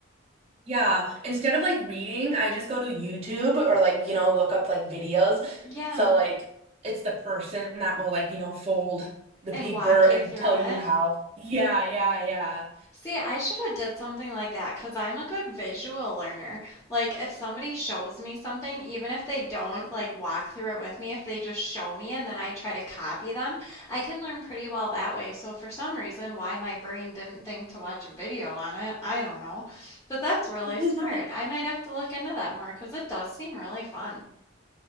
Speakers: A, on the right; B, on the left.
A: Yeah, instead of like reading, I just go to YouTube or like, you know, look up like videos.
B: Yeah,
A: So like it's the person that will like, you know, fold the
B: and
A: paper
B: walk
A: and
B: you through
A: tell
B: it.
A: you how. Yeah, yeah,
B: See, I should have did something like that because I'm a good visual learner. Like if somebody shows me something, even if they don't like walk through it with me, if they just show me and then I try to copy them, I can learn pretty well that way. So for some reason, why my brain didn't think to watch a video on it, I don't know. But that's really
A: yeah.
B: smart.
A: <laughs>
B: I might have to look into that more because it does seem really fun.